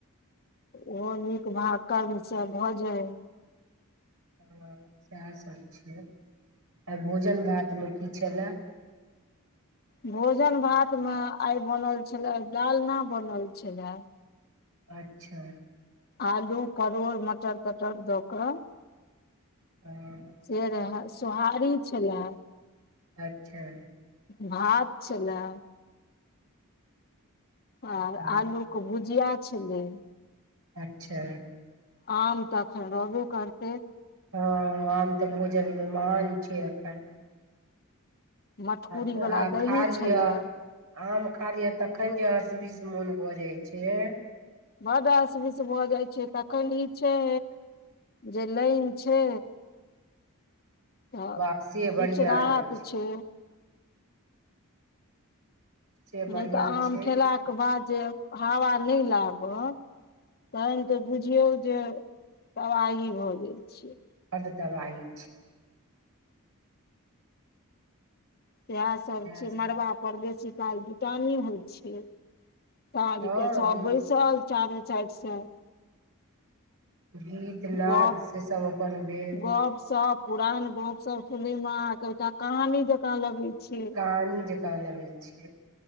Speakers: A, on the left (about 45°); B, on the right (about 75°).
A: ओहो नीक भाग कर्मसे भऽ जाय।
B: ह सएह सब छियै, आइ भोजन भात मे की छलए
A: भोजन भात मे आइ बनल छले डालना बनल छलए।
B: अच्छा।
A: आलू परोर मटर तटर द कऽ
B: आओर
A: से रहेए सोहारी छलए।
B: अच्छा।
A: भात छलेए। आर
B: हँ,
A: आलू के भुजिया छलै।
B: अच्छा,
A: आम तऽ अखन रहबे करतै।
B: हँ आम तऽ भोजनमे महान छियै एखन।
A: मटकुरी
B: हाथे
A: वाला
B: हाथ
A: दही
B: खा लिअ।
A: छलए
B: आम खा लियऽ तखैन जे असबिस मोन भऽ जाइत छै।
A: बड असबिस भऽ जाइ छै तखन ई छै जे लाइन छै। तऽ
B: वाह सेए
A: किछु
B: बढ़िआँ
A: राहत
B: अछि।
A: छै
B: से बढ़ियां
A: नहि तऽ आम
B: छै
A: खेलाके बाद जे हावा नहि लागत तहन तऽ बुझियौ जे तबाही भऽ जाय छै।
B: बड्ड तबाही छै।
A: सएह सभ छै,
B: सब
A: मड़बा
B: छै।
A: पर बेसी काल जुटानी होइ छै। सांझ
B: हँ
A: के सब
B: गी
A: बैसल चारू साइड से।
B: गीत नाद
A: गप
B: से सभ अपन भेल।
A: गप सप। पुरान गप सब सुनै मे अहाँके एकटा कहानी जकाँ लगै छै।
B: कहानी जकाँ लगै छै।